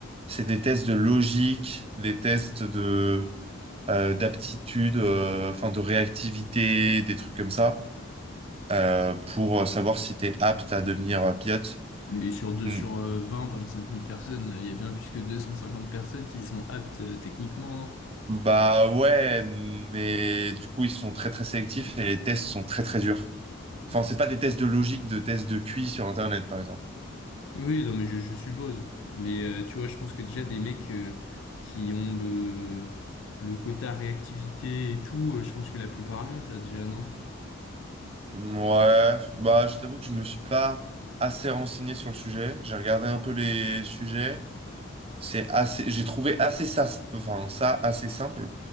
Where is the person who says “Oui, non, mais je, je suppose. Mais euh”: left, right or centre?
Left